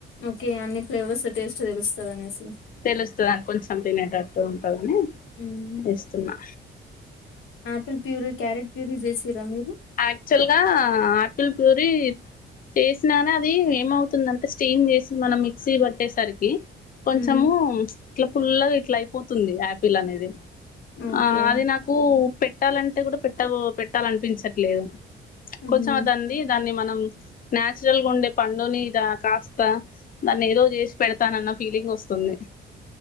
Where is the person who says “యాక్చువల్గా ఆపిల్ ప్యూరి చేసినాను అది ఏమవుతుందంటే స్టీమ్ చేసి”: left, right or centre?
Left